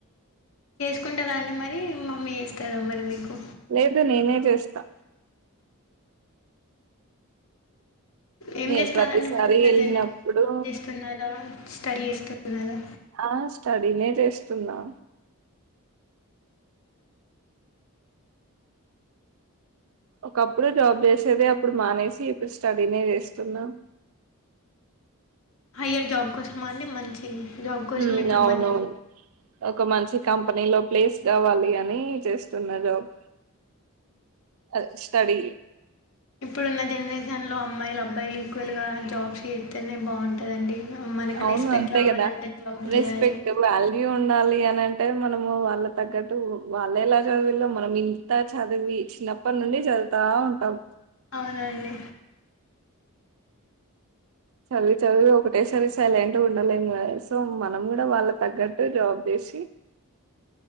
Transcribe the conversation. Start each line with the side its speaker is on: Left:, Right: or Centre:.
Left: చేసుకుంటారా అండి మరి మమ్మీ చేస్తారా మరి మీకు
Right: లేదు నేనే చేస్తా
Left: ఏం
Right: నే
Left: చేస్తారండి
Right: ప్రతిసారి
Left: మళ్ళీ ప్రజెంట్
Right: వెళ్ళినప్పుడు
Left: జాబ్ చేస్తున్నారా స్టడీ చేస్తున్నారా
Right: ఆ స్టడీనే చేస్తున్నా ఒకప్పుడు జాబ్ చేసేదే అప్పుడు మానేసి ఇప్పుడు స్టడీనే చేస్తున్నాం
Left: హయ్యర్ జాబ్ కోసం అండి మంచి జాబ్ కోసం
Right: ఉమ్
Left: ఇప్పుడు
Right: అవునవును
Left: మళ్ళీ
Right: ఒక మంచి కంపెనీ లో ప్లేస్ కావాలి అని చేస్తున్న జాబ్ అదే స్టడీ
Left: ఇప్పుడున్న జనరేషన్లో అమ్మాయిలు అబ్బాయిలు ఈక్వల్గా జాబ్స్ చేస్తేనే బాగుంటుందండి మనకి
Right: అవును
Left: రెస్పెక్ట్
Right: అంతే
Left: రావాలంటే
Right: కదా
Left: జాబ్
Right: రెస్పెక్ట్
Left: చేయాలి
Right: వాల్యూ ఉ ఉండాలి అని అంటే మనము వాళ్ళ తగ్గట్టు వాళ్ళ ఎలా చదివులో మనం ఇంత చదివి చిన్నప్పటి నుండి చదువుతా ఉంటాం
Left: అవునండి
Right: చదువు చదువువి ఒకటే సారి సైలెంట్ గా ఉండలేము సో మనం కూడా వాళ్ళ తగ్గట్టు జాబ్ చే సి